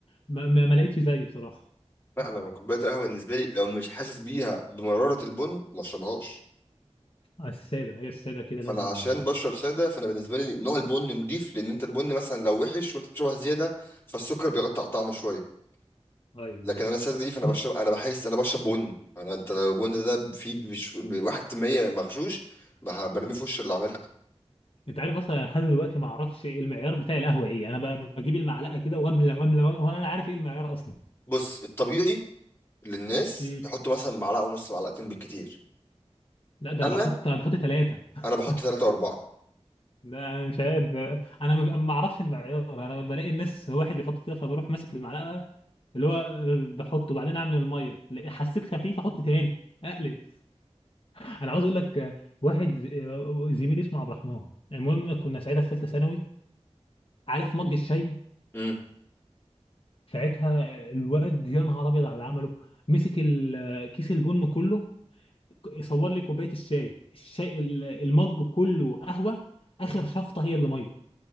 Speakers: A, on the left (about 55°); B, on the left (about 20°).
A: ما, ما ما لقيتش زيه بصراحه
B: لا انا كوبايه القهوه بالنسبه لي لو مش حاسس بيها بمراره البن ما اشربهاش
A: آه، السادة هي السادة كده
B: فانا
A: لازم
B: عشان بشرب ساده فانا بالنسبه لي نوع البن نضيف لان انت البن مثلا لو وحش وانت بتشربها زياده فالسكر بيغطي على الطعم شويه
A: ايوه
B: لكن انا ساده دي فانا
A: و-
B: بشرب انا بحس انا بشرب بن انا انت لو البن ده فيه بش... بواحد في المية مغشوش ما برميه في وش اللي عاملها
A: انت عارف اصلا أنا لحد دلوقتي ما اعرفش إيه المعيار بتاع القهوة ايه انا ب- بجيب المعلقة كده واملى واملى وأملى، وانا لا عارف ايه المعيار اصلا
B: بص الطبيعي للناس
A: مم.
B: يحطوا مثلا معلقه ونص معلقتين بالكتير
A: لا ده
B: انا
A: انا بحط انا بحط ثلاثة <laughs>
B: انا بحط ثلاثه واربعه
A: ده انا مش عارف انا ما ما اعرفش المعيار انا بلاقي الناس واحد بيحط كده فبروح ماسك المعلقة اللي هو بحطه وبعدين اعمل المية لقيت- حسيت خفيف احط تاني اقلب انا عاوز اقول لك آه، واحد ز- آه، زميلي اسمه عبد الرحمن المهم كنا ساعتها في ثالثة ثانوي عارف مج الشاي
B: امم
A: ساعتها الواد يا نهار ابيض على اللي عمله مسك ال- كيس البن كله ك- صور لي كوبايه الشاي الشاي ال- المج كله قهوه اخر شفطه هي اللي ميه